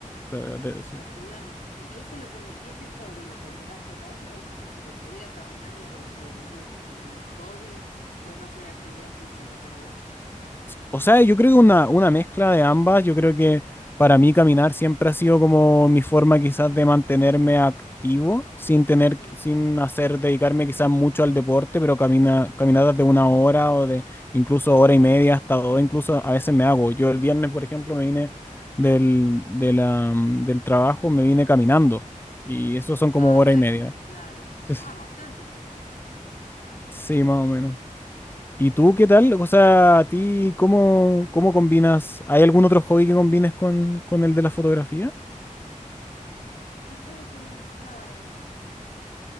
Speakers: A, on the left; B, on the left.
A: O sea, de-
B: Espectacular.
A: sí.
B: ¿Y, y ese lo, combi- y este hobby lo combinás con otros? Por ejemplo, salir a caminar lo considerarías un hobby o es más una actividad física para vos?
A: O sea, yo creo que una, una mezcla de ambas. Yo creo que para mí caminar siempre ha sido como mi forma quizás de mantenerme activo sin tener,
B: Sí.
A: sin hacer, dedicarme quizás mucho al deporte, pero camina, caminadas de una hora o de incluso hora y media hasta dos, incluso a veces me hago. Yo el viernes, por ejemplo, me vine del, de la- del trabajo, me vine caminando y eso son como
B: Ah,
A: hora
B: bueno,
A: y media.
B: claro.
A: <laughs>
B: Ah, bastante tenés.
A: Sí, más o menos. ¿Y tú qué tal? O sea, ¿a ti cómo, cómo combinas? ¿Hay algún otro hobby que combines con, con el de la fotografía?
B: Deja de pensar.